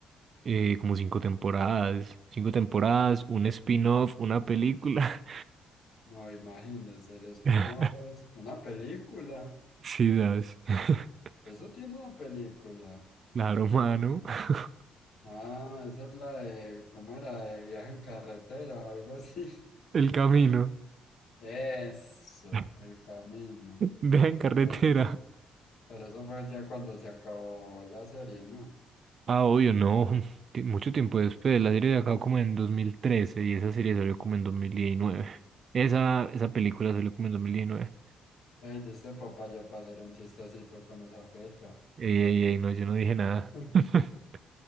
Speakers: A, on the right (about 50°); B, on the left (about 70°).
A: eh, como cinco temporadas, cinco temporadas, un spin-off, una película.
B: No, imagínese, el spin-off
A: <laughs>
B: es una película.
A: Sí, das. <laughs>
B: Eso tiene una película.
A: Claro, mano. <laughs>
B: Ah, esa es la de, ¿cómo era? De viaje en carretera o algo así. <laughs>
A: El camino.
B: Eso,
A: <laughs>
B: el camino.
A: deja en carretera.
B: Pero, pero eso fue ya cuando se acabó la serie, ¿no?
A: Ah, obvio, no. <laughs> Ti- Mucho tiempo después. La serie de acá como en 2013 y esa serie salió como en dos mil diecinueve Esa, esa película salió como en 2019.
B: Ay, dice papá ya para hacer un chistecito con esa fecha.
A: Ey, ey, ey, no, yo no dije nada.
B: <laughs>
A: <laughs>